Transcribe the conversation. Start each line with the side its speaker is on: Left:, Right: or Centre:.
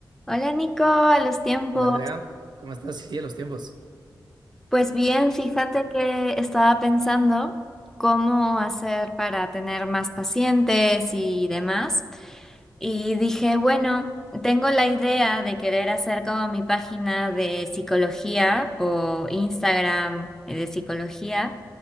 Centre: Hola Nico, a los tiempos.
Right: Hola Andrea, ¿cómo estás? Sí, de los tiempos.
Centre: Pues bien, fíjate que estaba pensando cómo hacer para tener más pacientes y demás. Y dije, bueno, tengo la idea de querer hacer como mi página de psicología o Instagram de psicología,